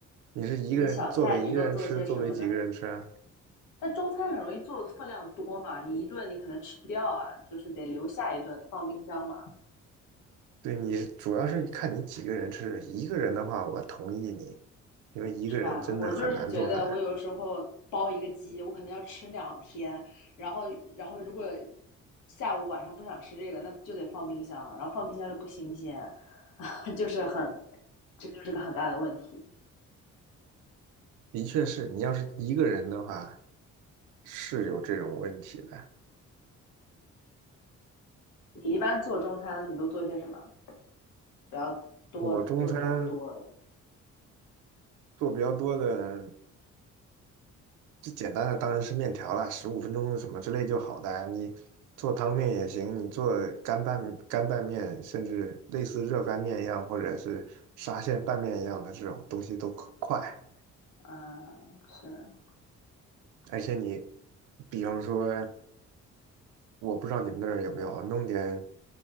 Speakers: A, on the right (about 85°); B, on the left (about 80°).
A: 你是一个人做给一个人吃，
B: 你小菜你都做些什么呢？
A: 做给几个人吃啊？
B: 但中餐很容易做的分量多嘛，你一顿你可能吃不掉啊，就是得留下一顿，得放冰箱嘛，
A: 对，你主要是看你几个人吃，一个人的话，我同意你，因为一个人真的很难做饭。
B: 是吧？我就是觉得我有的时候包一个鸡，我可能要吃两天，然后然后如果下午晚上不想吃这个，那就得放冰箱，然后放冰箱就不新鲜，<laughs> 就是很，这就是个很大的问题。
A: 的确是你要是一个人的话，是有这种问题的。
B: 你一般做中餐，你都做些什么比较多的，
A: 我中餐
B: 做的比较多的？
A: 做比较多的，最简单的当然是面条啦，十五分钟什么之类就好的啊。你做汤面也行，你做干拌干拌面，甚至类似热干面一样，或者是沙县拌面一样的这种东西都快，
B: 嗯，是，
A: 而且你比方说。我不知道你们那儿有没有啊，弄点